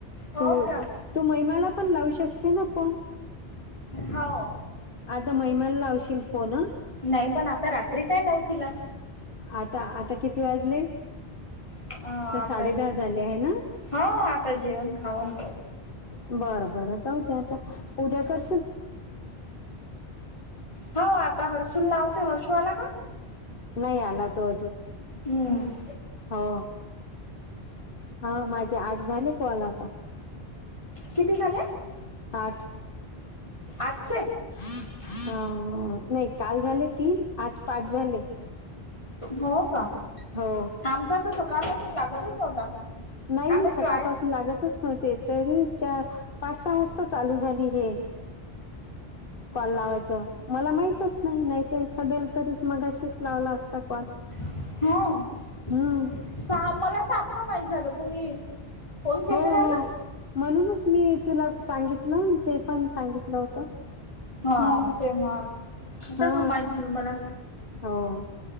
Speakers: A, on the left (about 30°); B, on the left (about 55°).
A: हो
B: त
A: का
B: तो महिमाला पण लावू शकते ना फोन
A: हो
B: आता महिमाला लावशील फोन
A: नाही पण आता रात्री काय लावू तिला
B: आता आता किती वाजले
A: अ आता
B: साडे दहा झाले आहे ना
A: हा आता जेवण खाऊन
B: बरं बरं जाऊदे आता उद्या कर
A: हो आता हर्षुला लावते हर्षु आला का
B: नाही आला तो अजून
A: हम्
B: हो हा माझे आठ झाले कॉल आता
A: किती झाले
B: आठ
A: आजचे
B: ह नाही काल झाले तीन आज पाच झाले
A: हो का
B: हो
A: आमचा तर सकाळपासून लागतच नव्हता
B: नाही
A: आम्ही
B: नाही सकाळपासून
A: ट्राय
B: लागतच नव्हते तरी च पाच सहा वाजता चालू झाली हे कॉल लावायचा मला माहितच नाही नाहीत एखाद्याला तरीच मगाशीच लावला असता कॉल
A: हा सहा
B: हम्म
A: मला तर आत्ता माहित झालं तुम्ही फोन केलेला
B: हो हो
A: ना
B: म्हणूनच मी तुला सांगितलं ते पण सांगितलं होत
A: हा
B: हम
A: तेव्हा
B: हा
A: तेव्हा माहित झालं मला
B: हो